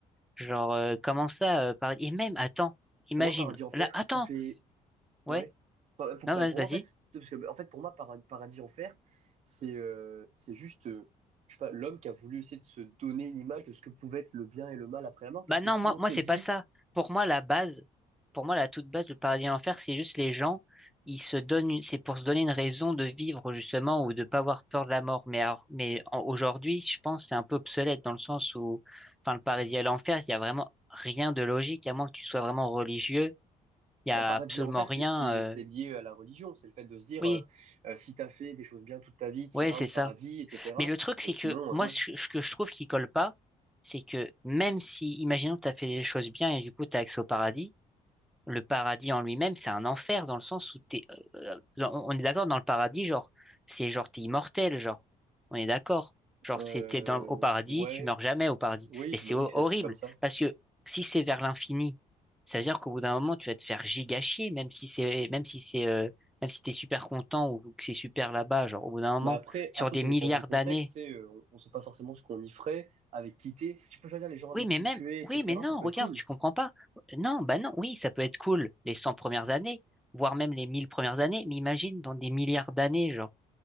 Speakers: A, in the centre; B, on the right (about 55°).
A: Genre euh, comment ça euh, par- Et même attends, imagine.
B: Pour moi, paradis enfer,
A: Là, attends.
B: ça fait
A: Ouais.
B: Ouais. Pas- Pour,
A: Non,
B: pas-
A: vas-
B: pour
A: vas-y.
B: moi, en fait, parce que, en fait, pour moi, para- paradis enfer, c'est euh, c'est juste, euh, je sais pas, l'homme qui a voulu essayer de se donner une image de ce que pouvait être le bien et le mal après la mort, parce
A: Bah
B: que
A: non,
B: tout
A: moi,
B: le monde
A: moi,
B: s'est
A: c'est
B: dit,
A: pas ça. Pour moi, la base, pour moi, la toute base, le paradis et l'enfer, c'est juste les gens, ils se donnent, une- c'est pour se donner une raison de vivre, justement, ou de pas avoir peur de la mort. Mais, alors- mais en- aujourd'hui, je pense, que c'est un peu obsolète dans le sens où, enfin, le paradis et l'enfer, il y a vraiment rien de logique, à moins que tu sois vraiment religieux. Il y a
B: bah, paradis
A: absolument
B: enfer,
A: rien,
B: c'est c'est-
A: euh,
B: c'est lié à la religion, c'est le fait de se dire,
A: oui,
B: euh, euh, si t'as fait des choses bien toute ta vie, t'iras
A: ouais, c'est
B: au
A: ça.
B: paradis, etc.
A: Mais le truc, c'est
B: Et sinon,
A: que, moi,
B: euh, non.
A: ce ce que je trouve qui colle pas, c'est que même si, imaginons que t'as fait les choses bien et du coup, t'as accès au paradis, le paradis en lui-même, c'est un enfer dans le sens où t'es, euh, euh, dans- on est d'accord dans le paradis, genre, c'est genre t'es immortel, genre, on est d'accord. Genre,
B: Euh,
A: c'était dans, au paradis,
B: ouais,
A: tu meurs jamais au paradis.
B: oui,
A: Mais
B: j'imagine
A: c'est ho-
B: que
A: horrible
B: c'est des trucs comme ça.
A: parce que si c'est vers l'infini, ça veut dire qu'au bout d'un moment, tu vas te faire giga chier, même si c'est, même si c'est, euh, même si t'es super content ou que c'est super là-bas, genre, au bout d'un moment,
B: Bah après,
A: sur
B: après,
A: des
B: ça
A: milliards
B: dépend du contexte,
A: d'années,
B: c'est, euh, on on sait pas forcément ce qu'on y ferait, avec qui t'es. Si tu peux choisir les gens avec
A: Oui, mais
B: qui
A: même,
B: tu es, etc.,
A: oui, mais non,
B: ça peut
A: regarde,
B: être cool.
A: tu comprends pas. Non, bah non, oui, ça peut être cool les 100 premières années, voire même les 1000 premières années, mais imagine dans des milliards d'années, genre,